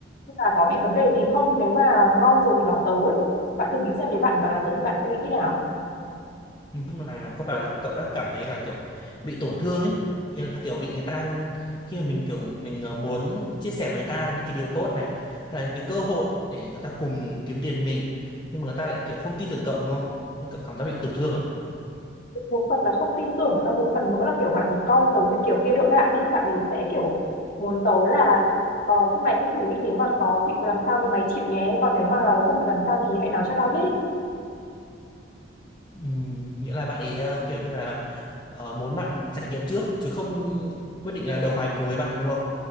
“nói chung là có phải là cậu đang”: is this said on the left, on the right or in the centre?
Left